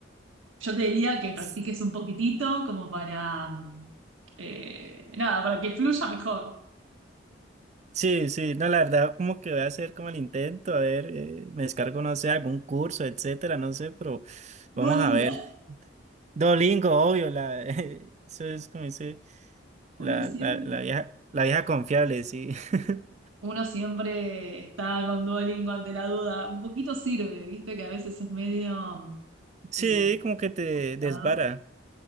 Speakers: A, on the right; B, on the right.
A: yo te diría que practiques
B: S-
A: un poquitito como para, mm, eh, nada, para que fluya mejor.
B: Sí, sí, no, la verdad, como que voy a hacer como el intento, a ver, eh, me descargo, no sé, algún curso, etcétera, no sé, pero vamos
A: Duolingo.
B: a ver. Dolingo, obvio, la, <laughs> eso es como dice, la,
A: Uno siempre.
B: la, la vieja, la vieja confiable, sí. <laughs>
A: Uno siempre está con Duolingo ante la duda. Un poquito sirve, viste, que a veces es medio
B: Sí,
A: eh,
B: como que te
A: complicado.
B: desvara.